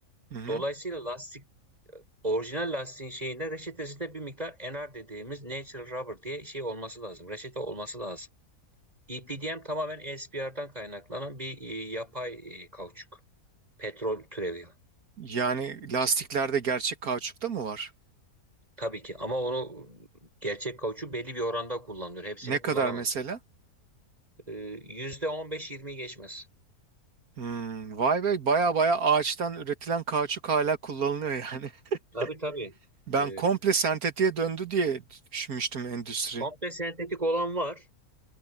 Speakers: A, on the right; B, on the right.
A: Hı hı.
B: Dolayısıyla lastik orijinal lastiğin şeyinde reçetesinde bir miktar NR dediğimiz natural rubber diye şey olması lazım. Reçete olması lazım. EPDM tamamen ESPR'dan kaynaklanan bir e, yapay e, kauçuk. Petrol türevi.
A: Yani lastiklerde gerçek kauçuk da mı var?
B: Tabii ki ama onu gerçek kauçuk belli bir oranda kullanılıyor. Hepsini
A: Ne kadar
B: kullanamaz.
A: mesela?
B: E, yüzde on beş, yirmiyi geçmez.
A: Hmm, vay be baya baya ağaçtan üretilen kauçuk hala kullanılıyor yani. <laughs>
B: Tabii tabii.
A: Ben
B: E,
A: komple sentetiğe döndü diye düşünmüştüm endüstri.
B: komple sentetik olan var